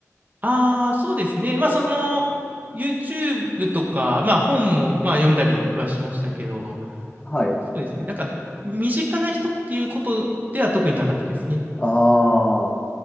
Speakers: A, on the right; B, on the left.
A: ああ、そうですね。まあ、その、YouTube とか、まあ、本も、
B: あ、
A: まあ、読んだりはしましたけど、
B: はい。
A: そうですね。なんか、身近な人っていうことでは特になかったですね。
B: ああ。